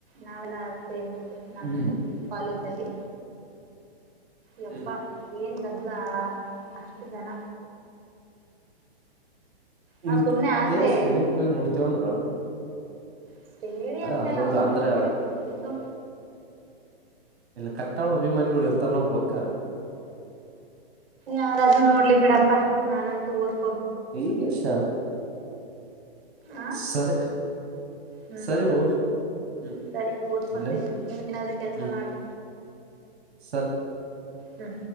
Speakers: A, on the right (about 60°); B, on the right (about 75°).
A: ನಾವೆಲ್ಲ. ಸೇರ್ಬುಟು ನಮ್
B: ಹ್ಮ್
A: ಕಾಲೇಜ್ ಅಲ್ಲಿ. ಯಪ್ಪಾ
B: ಹ್ಮ್
A: ಏನ್ ಗದ್ಲಾ ಅಷ್ಟ್ ಟ್ ಜನ. ನಾವ್
B: ಇಂಕ್
A: ಸುಮ್ನೆ
B: ಅದೇ
A: ಆಚೆ
B: ಸ್ಟೇಡಿಯಂ ಕಡೆ ನೋಡ್ತಿವಂದ್ರ.
A: ಸ್ಟೇಡಿಯಂಗೆಲ್ಲ
B: ಅದೊಂದು
A: ಹೋಗ್
B: ಅಂದ್ರೆ
A: ನೋಡಕ್ ದುಡ್ಡು.
B: ಇಲ್ ಕಟ್ಟಾಳ್ ಅಭಿಮಾನಿಗಳು ಇರ್ತಾರಲ್ಲ ಅವ್ರು ಹೋಕರ.
A: ಯಾರಾದ್ರೂ ನೋಡ್ಲಿ ಬಿಡಪ್ಪಾ ನಾನಂತೂ ಓದ್
B: ಈಗ್ ಎಷ್ಟ.
A: ಆ
B: ಸರಿ,
A: ಹ್ಮ್
B: ಸರಿ ಹೊ ಹ್ಮ್
A: ಸರಿ ಓದ್ಕೊಂತೀನಿ
B: ಇಲ್ಯ
A: ನೀನ್ ಏನಾದ್ರೂ ಕೆಲ್ಸ
B: ಹ್ಮ್
A: ಮಾಡು
B: ಸರ್.
A: ಹ್ಮ್